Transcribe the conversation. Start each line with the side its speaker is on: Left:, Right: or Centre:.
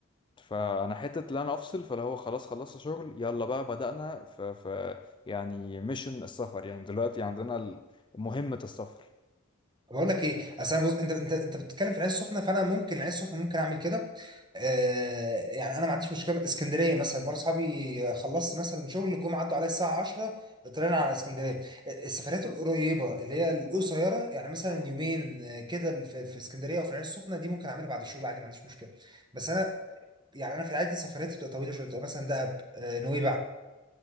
Left: فانا حتة اللي انا افصل فاللي هو خلاص خلصت شغل يلا بقى بدأنا ف, ف يعني ميشن السفر يعني دلوقتي عندنا ال- مهمة السفر
Right: بقول لك ايه اصل انا بص انت انت انت بتتكلم في العين السخنه فانا ممكن العين السخنه ممكن اعمل كده آه يعني انا ما عنديش مشكله اسكندريه مثلا مره اصحابي خلصت مثلا شغل جم عدوا عليا الساعه 10 طلعنا على اسكندريه السفرات القريبه اللي هي القصيره يعني مثلا يومين آه، كده في في اسكندريه او في العين السخنه دي ممكن اعملها بعد الشغل عادي ما عنديش مشكله بس انا يعني انا في العادي سفرياتي بتبقى طويله شويه بتبقى مثلا دهب آه، نويبع